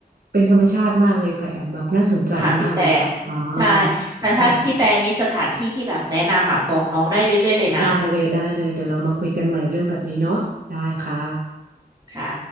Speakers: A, on the right; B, on the right.
A: เป็นธรรมชาติมากเลยค่ะแอมแบบน่าสนใจมากเลยค่ะอ๋อ
B: ค่ะพี่แต่ใช่แต่ถ้าพี่แต่มีสถานที่ที่แบบแนะนำอ่ะบอกน้องได้เรื่อยๆเลยนะ
A: ค่ะได้เลยได้เลยเดี๋ยวเรามาคุยกันใหม่เรื่องแบบนี้เนาะได้ค่ะ
B: ค่ะ